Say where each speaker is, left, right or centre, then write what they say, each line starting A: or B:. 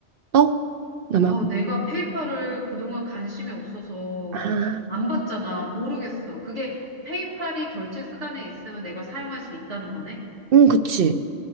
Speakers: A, on the right; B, on the right.
A: 떠? 나 말고.
B: 아, 내가 페이팔을 그동안 관심이 없어서
A: 아,
B: 안 봤잖아. 모르겠어. 그게 페이팔이 결제 수단에 있으면 내가 사용할 수 있다는 거네?
A: 응, 그치.